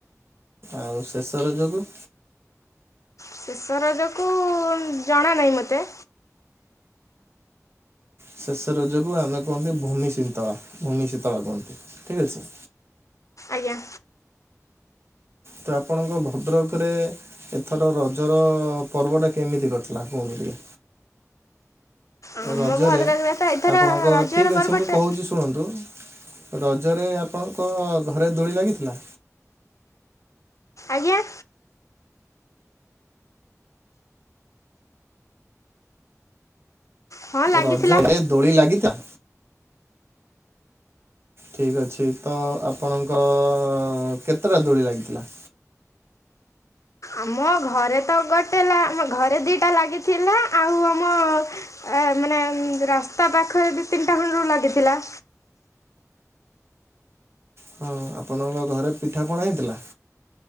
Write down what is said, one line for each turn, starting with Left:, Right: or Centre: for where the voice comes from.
Right: ଆଉ ଶେଷ ରଜ କୁ?
Left: ଶେଷ ରଜକୁ ଜଣା ନାହିଁ ମୋତେ।
Right: ଶେଷ ରଜକୁ ଆମେ କୁହନ୍ତି ଭୂମି ଶୀତଳା ଭୂମି ଶୀତଳା କୁହନ୍ତି ଠିକ୍ ଅଛି।
Left: ଆଜ୍ଞା।
Right: ତ ଆପଣଙ୍କ ଭଦ୍ରକ ରେ - ଏଥର ରଜର ପର୍ବଟା କେମିତି କଟିଲା କୁହନ୍ତୁ ଟିକେ?
Left: ଆମ
Right: ରଜରେ
Left: ଭଦ୍ରକରେ ତ ଏଥର
Right: ଆପଣଙ୍କ
Left: ରଜର
Right: ଠିକ୍ ଅଛି
Left: ପର୍ବଟା
Right: ମୁଁ କହୁଛି। ଶୁଣନ୍ତୁ, ରଜରେ ଆପଣଙ୍କ ଘରେ ଦୋଳି ଲାଗିଥିଲା?
Left: ଆଜ୍ଞା ହଁ ଲାଗିଥିଲା
Right: ରଜରେ ଦୋଳି ଲାଗିଥିଲା? ଠିକ୍ ଅଛି ତ ଆପଣଙ୍କ କେତେଟା ଦୋଳି ଲାଗିଥିଲା?
Left: ଆମ ଘରେ ତ ଗୋଟେ ଲା ଆମ ଘରେ ଦିଟା ଲାଗିଥିଲା ଆଉ ଆମ ଏ ମାନେ ରାସ୍ତା ପାଖରେ ଦି ତିନିଟା ଖୁଣ୍ଡରୁ ଲାଗିଥିଲା।
Right: ହଁ ଆପଣଙ୍କ ଘରେ ପିଠାପଣା ହେଇଥିଲା?